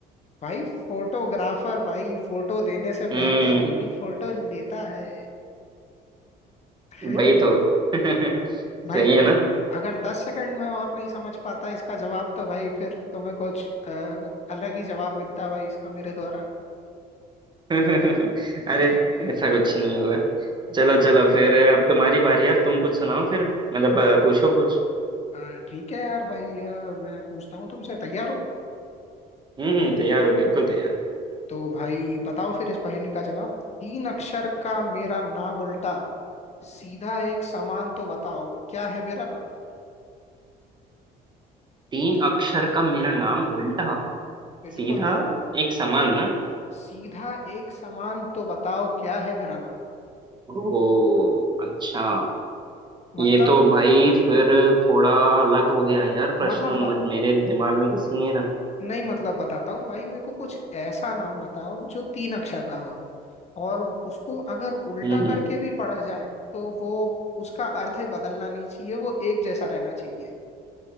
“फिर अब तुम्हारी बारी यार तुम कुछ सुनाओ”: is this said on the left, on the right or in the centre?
Right